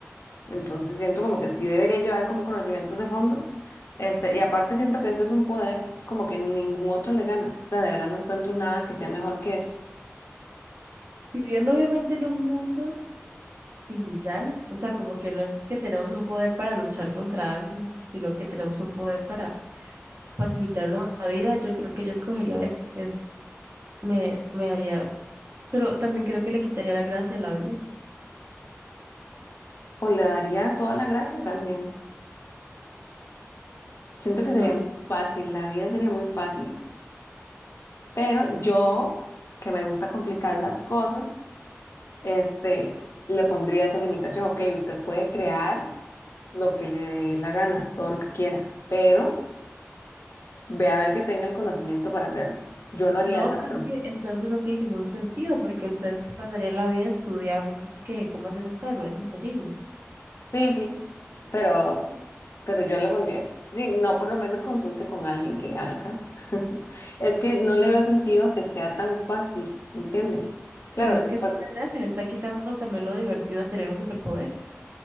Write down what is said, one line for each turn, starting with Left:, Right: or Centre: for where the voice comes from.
Left: Entonces siento como que sí debería llevar como conocimientos de fondo. Este, y aparte siento que esto es un poder como que ningún otro le gana. O sea, de verdad no encuentro nada que sea mejor que esto.
Right: Viviendo obviamente en un mundo sin villanos, o sea, como que no es que tenemos un poder para luchar contra alguien, sino que tenemos un poder para facilitarnos la vida, yo creo que yo escogería ese, es, me, me haría, pero también creo que le quitaría la gracia a la vida,
Left: O le daría toda la gracia también. Siento que
Right: no
Left: sería
Right: lo
Left: muy fácil, la vida sería muy fácil. Pero yo, que me gusta complicar las cosas, este, le pondría esa limitación. Ok, usted puede crear lo que le dé la gana, todo lo que quiera, pero ve a ver que tenga el conocimiento para hacerlo. Yo lo haría
Right: No,
Left: de esa
Right: pero
Left: forma.
Right: es que entonces no tiene ningún sentido, porque usted se pasaría la vida estudiando que cómo hacer un carro, es imposible.
Left: Sí, sí. pero, pero yo le pondría eso. Sí, no, por lo menos consulte con alguien que haga carros. <laughs> Es que no le
Right: Mm.
Left: veo sentido a que sea tan fácil, ¿entiende? Claro,
Right: Pero es
Left: después.
Right: que esa es la gracia, le está quitando también lo divertido a tener un superpoder.